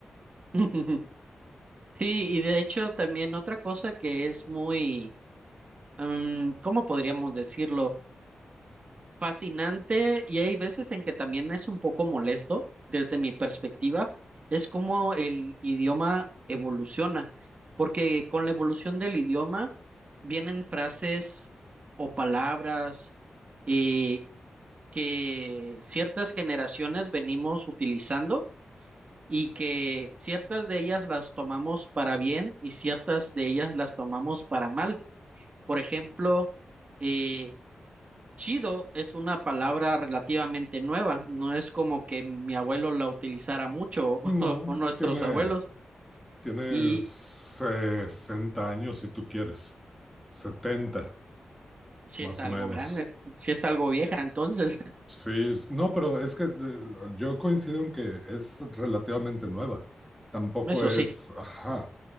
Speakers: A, on the right; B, in the centre.
A: <laughs> Sí, y de hecho también otra cosa que es muy, mm, ¿cómo podríamos decirlo? Fascinante y hay veces en que también es un poco molesto desde mi perspectiva, es como el idioma evoluciona, porque con la evolución del idioma vienen frases o palabras eh, que ciertas generaciones venimos utilizando y que ciertas de ellas las tomamos para bien y ciertas de ellas las tomamos para mal. Por ejemplo, eh, Chido es una palabra relativamente nueva, no es como que mi abuelo la utilizara mucho
B: No,
A: <laughs> o nuestros
B: tiene,
A: abuelos
B: tiene
A: y
B: sesenta años si tú quieres, setenta
A: si
B: Más
A: está
B: o
A: algo
B: menos.
A: grande, si está algo vieja, entonces,
B: Sí, no, pero es que de- yo coincido en que es relativamente nueva. Tampoco
A: <laughs> eso
B: es,
A: sí,
B: ajá,